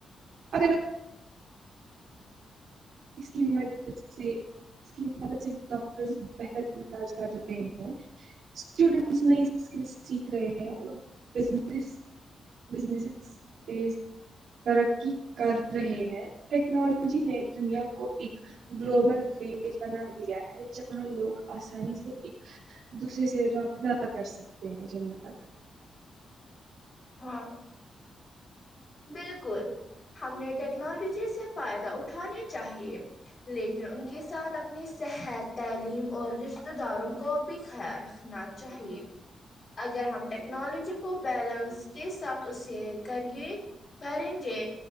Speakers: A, on the right; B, on the left.
A: اگر اس کی مدد سے اس کی مد سے ڈاکٹر بہتر علاج کر رہے ہیں اسٹوڈینٹس نئی اسکل سیکھ رہے ہیں اور بس ب ترقی کر رہے ہیں ٹیکنالوجی نے کو ایک گلوبل ولیج بنا دیا ہے جہاں لوگ آسانی سے ایک دوسرے سے رابط ادا کر سکتے ہیں جننات
B: ہاں بالکل ہم نے ٹیکنالوجی سے فائدہ اٹھانے چاہیے لیکن ان کے ساتھ اپنی صحت تعلیم اور رشتتے داروں کو بھی خیال رکھنا چاہیے اگر ہم ٹیکنالوجی کو بیلنس کے ساتھ اسے کرے کریں گے